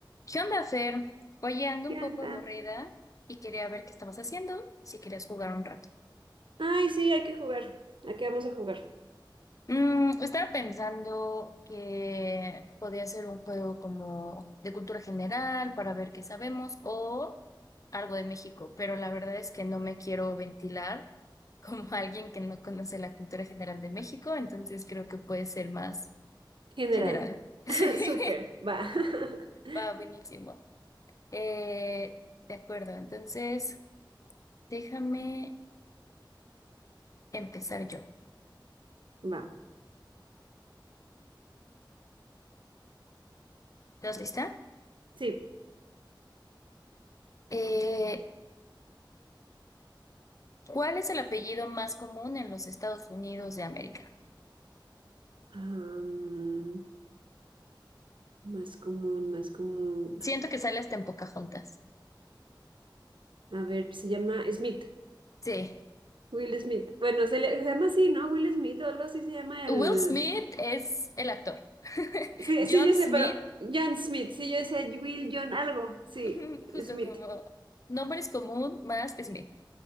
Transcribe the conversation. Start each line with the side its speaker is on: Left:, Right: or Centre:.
Left: ¿Qué onda, Fer? Oye, ando
Right: ¿Qué
Left: un poco
Right: anda?
Left: aburrida y quería ver qué estabas haciendo, si querías jugar un rato.
Right: Ay, sí, hay que jugar. ¿A qué vamos a jugar?
Left: Mm, estaba pensando que podía ser un juego como de cultura general para ver qué sabemos o algo de México, pero la verdad es que no me quiero ventilar como <laughs> alguien que no conoce la cultura general de México, entonces creo que puede ser más
Right: General.
Left: general.
Right: <laughs>
Left: <laughs> Sí,
Right: Súper, va. <laughs>
Left: va buenísimo. Eh, de acuerdo, entonces déjame... empezar yo.
Right: Va,
Left: ¿Estás lista?
Right: sí.
Left: Eh, ¿cuál es el apellido más común en los Estados Unidos de América?
Right: Am, más común, más común.
Left: Siento
Right: Ay,
Left: que sale hasta en Pocahontas.
Right: A ver, se llama Smith.
Left: Sí.
Right: Will Smith. Bueno, se, le- se llama así, ¿no? Will Smith o algo así se llama
Left: Will
Right: el...
Left: Smith es el actor. <laughs>
Right: Sí,
Left: John
Right: sí, yo
Left: Smith,
Right: sé, pero John Smith. Sí, yo decía Will John algo. Sí,
Left: <laughs> justo
Right: Smith.
Left: como nombre es común más Smith.